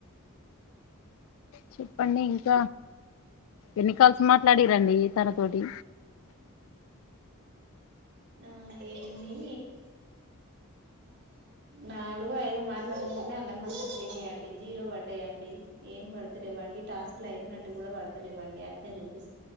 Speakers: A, on the left (about 65°); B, on the right (about 55°).
A: చెప్పండి ఇంక ఎన్నికాల్సి మాట్లాదుర్రండి తనతోటి
B: ఆ ఏన్ని నాలుగు ఐదో మాట్లుడుకుని అళ్ళ మధ్యలో వయండి జీరో పడ్డాయండి ఏం పడతలేవండి టాస్క్ లు అయిపోయినట్టు కూడా పడతలేవండి అట్నే చూపిస్